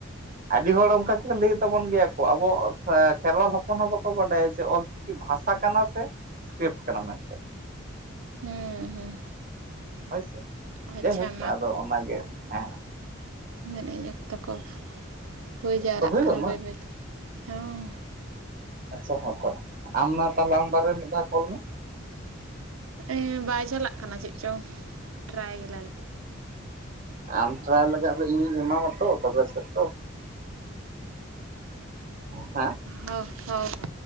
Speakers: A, on the right; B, on the right.
A: ᱟᱹᱰᱤ ᱦᱚᱲ ᱚᱱᱠᱟ ᱜᱮ ᱞᱟᱹᱭ ᱛᱟᱵᱚᱱ ᱜᱮᱭᱟ ᱠᱚ, ᱟᱵᱚ ᱥᱮ ᱠᱷᱮᱨᱣᱟᱞ ᱦᱚᱯᱚᱱ ᱦᱚᱸ ᱵᱟᱠᱚ ᱵᱟᱰᱟᱭᱟ ᱡᱮ ᱚᱞ ᱪᱤᱠᱤ ᱵᱷᱟᱥᱟ ᱠᱟᱱᱟ ᱥᱮ ᱥᱠᱨᱤᱯᱴ ᱠᱟᱱᱟ ᱢᱮᱱᱛᱮ᱾
B: ᱦᱩᱸ ᱦᱩᱸ
A: ᱦᱳᱭ ᱥᱮ,
B: ᱟᱪᱪᱷᱟ
A: ᱡᱟᱭᱦᱳᱠ ᱟᱫᱚ ᱚᱱᱟᱜᱮ ᱦᱮᱸ᱾
B: ᱢᱮᱱᱮᱜ ᱟᱹᱧ ᱚᱠᱛᱚ ᱠᱚ ᱦᱳᱭ ᱡᱟᱣᱨᱟᱜ
A: ᱛᱚ ᱦᱩᱭ
B: ᱠᱟᱱᱟ
A: ᱜᱚᱫ ᱱᱟ
B: ᱵᱟᱹᱭ ᱵᱟᱹᱭᱛᱮ, ᱦᱚᱸᱻ᱾
A: ᱟᱪᱪᱷᱟ ᱦᱚᱸ ᱛᱚ ᱟᱢ ᱢᱟ ᱛᱟᱦᱚᱞᱮ ᱟᱢ ᱵᱟᱨᱮ ᱢᱮᱫ ᱫᱷᱟᱣ ᱠᱚᱞ ᱢᱮ᱾
B: ᱮᱸ ᱵᱟᱭ ᱪᱟᱞᱟᱜ ᱠᱟᱱᱟ ᱪᱮᱫ ᱪᱚ, ᱴᱨᱟᱭ ᱜᱮᱞᱟ
A: ᱟᱢ ᱴᱨᱟᱭ ᱞᱮᱜᱟ ᱟᱫᱚ ᱤᱧᱤᱧ ᱮᱢᱟᱢᱟ ᱛᱚ ᱛᱚᱵᱮ ᱥᱮ ᱛᱚ ᱾ ᱦᱮᱸ᱾
B: ᱦᱳ ᱦᱳ ᱢᱟ᱾